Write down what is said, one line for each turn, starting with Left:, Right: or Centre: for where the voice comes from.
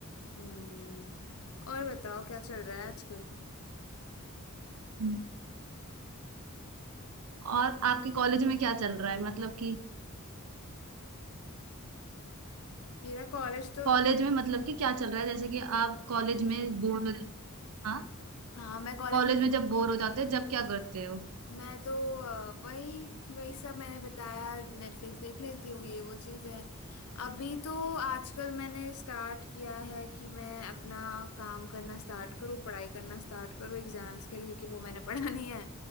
Left: हम्म और बताओ क्या चल रहा है आजकल
Right: हम्म, और आपके कॉलेज में क्या चल रहा है मतलब कि
Left: मेरा कॉलेज तो
Right: कॉलेज में मतलब कि क्या चल रहा है जैसे कि आप कॉलेज में बोर हो जाते हाँ
Left: हाँ मैं कॉलेज
Right: कॉलेज
Left: में
Right: में जब बोर हो जाते हो जब क्या करते हो
Left: मैं तो अ, वही वही सब मैंने बताया नेटफ्लिक्स देख लेती हूँ ये वो चीज़ है अभी तो आजकल मैंने स्टार्ट किया है कि मैं अपना काम करना स्टार्ट करूँ पढ़ाई करना स्टार्ट करूँ एग्जाम्स के लिए क्योंकि वो मैंने <laughs> पढ़ानी है